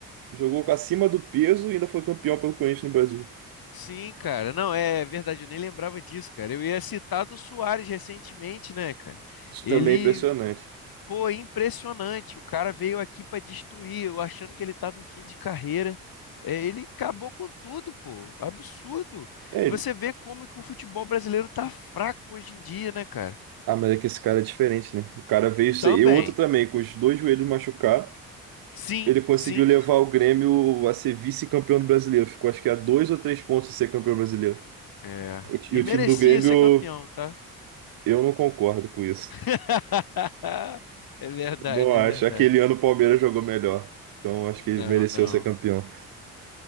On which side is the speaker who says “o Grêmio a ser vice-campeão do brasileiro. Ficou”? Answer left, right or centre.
Right